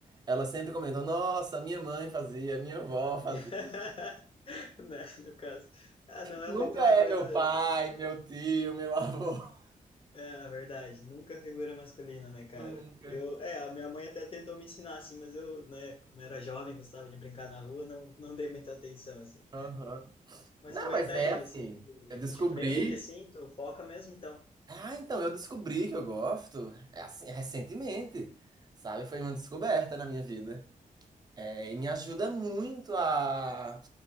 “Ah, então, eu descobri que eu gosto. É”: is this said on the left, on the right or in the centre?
Right